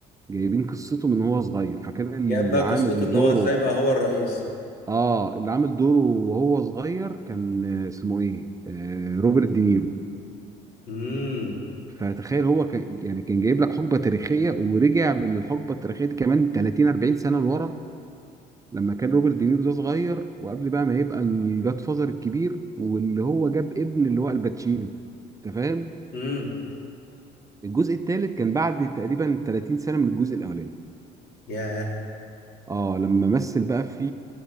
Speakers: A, on the right; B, on the left.
A: جايبين قصته من هو صغير فكان اللي
B: جاب بقى
A: عامل
B: قصته ان
A: دوره
B: هو ازاي بقى هو الرئيس
A: اه اللي عامل دوره وهو صغير كان آه، اسمه ايه آه روبرت دينيرو
B: امم
A: فتخيل هو كان يعني كان جايب لك حقبة تاريخية ورجع بالحقبة التاريخية دي كمان 30 40 سنة لورا لما كان روبرت دينيرو ده صغير وقبل بقى ما يبقى الجاد فازر الكبير واللي هو جاب ابن اللي هو الباتشينو انت فاهم
B: امم
A: الجزء الثالث كان بعد تقريبا 30 سنة من الجزء الاولاني
B: ياه
A: اه لما مثل بقى في